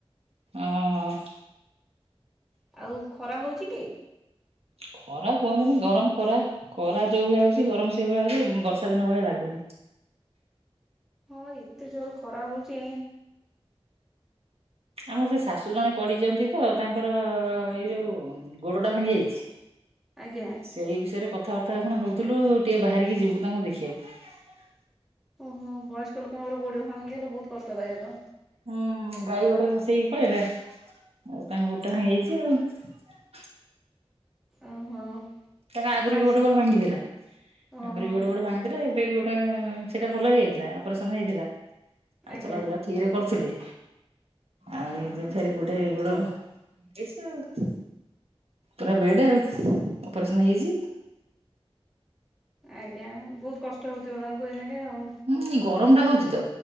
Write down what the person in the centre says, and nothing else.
ଆଉ ଖରା ହଉଛି କି?
ହଁ ଏତେ ଜୋର ଖରା ହଉଛି।
ଆଜ୍ଞା
ଓହୋ ବୟସ୍କ ଲୋକଙ୍କର ଗୋଡ ଭାଙ୍ଗି ଗଲେ ବହୁତ କଷ୍ଟଦାୟକ।
ଓହୋ
ଆପଣ
ଆଜି
ଓହୋ
ଆଜ୍ଞା
ଆଜ୍ଞା ବହୁତ କଷ୍ଟ ହଉଥିବ ତାଙ୍କୁ ଏଇନାକେ ଆଉ